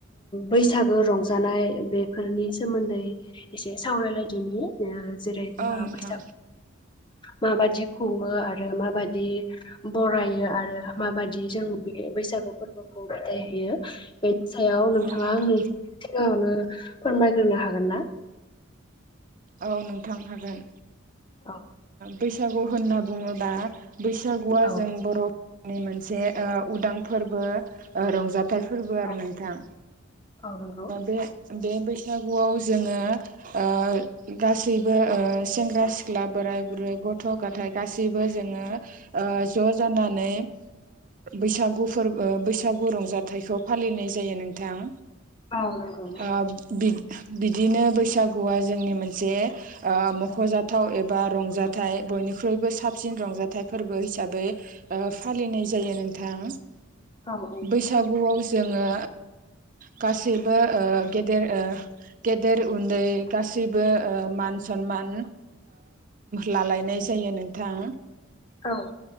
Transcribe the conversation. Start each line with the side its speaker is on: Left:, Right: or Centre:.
Left: बैसागो रंजानाय बेफोरनि सोमोन्दै एसे सावरायलायदिनि। जेरै जोंहा
Right: औ नोंथां
Left: बैसागु माबादि खङो आरो माबादि बरायो। आरो माबादि जों बे बैसागु फोरबोखौ बिदाय होयो बे सायाव नोंथाङा
Right: औ नोंथां
Left: आंनो सिगाङावनो फोरमायग्रोनो हागोन ना?
Right: औ नोंथां हागोन
Left: औ
Right: बैसागु होनना बुङोबा बैसागुआ
Left: औ
Right: जों बर'नि मोनसे उदां फोरबो रंजाथाइ फोरबो आरो
Left: औ
Right: नोंथां।
Left: औ नंगौ
Right: बे बे बैसागुआव जोङो ओ गासैबो सेंग्रा सिख्ला बोराय बुरै गथ' गथाय गासैबो जोङो ओ ज जानानै बैसागु फोरबो बैसागु रंजाथाइखौ फालिनाय जायो। नोंथां
Left: औ नंगौ
Right: ओ बिदिनो बैसागुआ जोंनि मोनसे जे मखजाथाव एबा रंजाथाइ बयनिख्रुइबो साबसिन रंजाथाइ फोरबो हि हिसाबै फालिनाय जायो नोंथां।
Left: औ औ नंगौ
Right: बैसागुआव जोङो गासैबो गेदेर गेदेर उन्दै गासैबो बो मान सनमान लालायनाय जायो नोंथां।
Left: औ